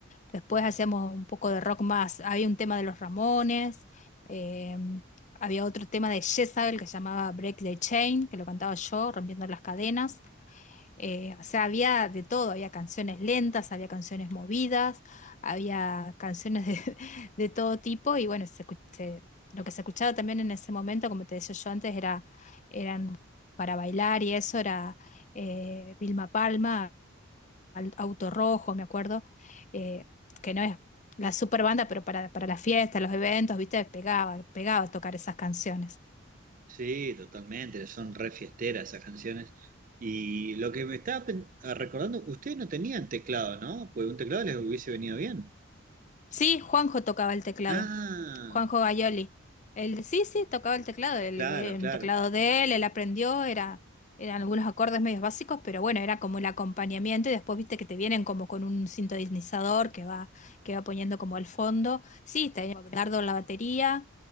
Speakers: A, on the left; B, on the right.
A: Después hacíamos un poco de rock más. Había un tema de los Ramones, eh, había otro tema de Jezabel que se llamaba Break the Chain, que lo cantaba yo, rompiendo las cadenas. Eh, o sea, había de todo, había canciones lentas, había canciones movidas, había canciones de, <laughs> de todo tipo y bueno, se escu- se- lo que se escuchaba también en ese momento, como te decía yo antes, era, eran para bailar y eso era eh, Vilma Palma, Al- Auto Rojo, me acuerdo, eh, que no es la super banda, pero para, para las fiestas, los eventos, viste, pegaba, pegaba tocar esas canciones.
B: Sí, totalmente, son re fiesteras esas canciones. Y lo que me estaba pen- recordando, ustedes no tenían teclado, ¿no? Pues un teclado les hubiese venido bien.
A: Sí, Juanjo tocaba el teclado.
B: Ah,
A: Juanjo Gayoli. Él, sí, sí, tocaba el teclado, el,
B: claro,
A: de- el
B: claro.
A: teclado de él, él aprendió, era, eran algunos acordes medios básicos, pero bueno, era como el acompañamiento y después viste que te vienen como con un sintonizador que va, que va poniendo como al fondo. Sí, tenía Dardo en la batería,